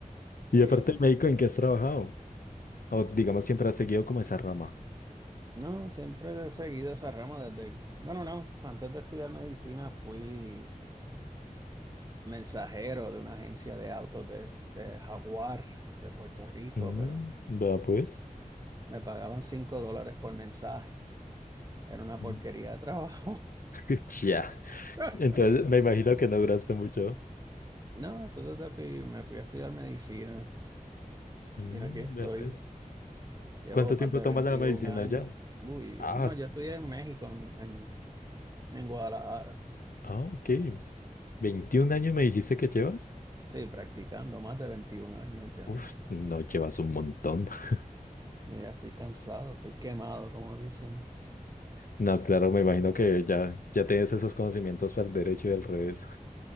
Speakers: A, on the right (about 25°); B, on the left (about 75°).
A: Sí.
B: Y aparte, el médico en qué has trabajado. O digamos, siempre has seguido como esa rama.
A: No, siempre he seguido esa rama desde, bueno, no, antes de estudiar medicina fui mensajero de una agencia de autos de, de Jaguar, de Puerto Rico,
B: Mm,
A: pero
B: vea pues.
A: me pagaban cinco dólares por mensaje. Era una porquería
B: Mm.
A: de trabajo.
B: <laughs> Ya.
A: <laughs>
B: Entonces, me imagino que no duraste mucho.
A: No, entonces de fui- me fui a estudiar medicina
B: Mm,
A: y aquí estoy.
B: vea pues.
A: Llevo
B: ¿Cuánto
A: más
B: tiempo
A: de
B: tomas
A: 21
B: la medicina
A: años.
B: ya?
A: Uy,
B: Ah,
A: no, yo estudié en México, en, en, en Guadalajara.
B: ah, ok. veintiún años me dijiste que llevas?
A: Sí, practicando más de 21 años ya.
B: Uf,
A: sí.
B: no llevas un montón. <laughs>
A: Y ya estoy cansado, estoy quemado, como dicen.
B: No, claro, me imagino que ya, ya tienes esos conocimientos para el derecho y al revés.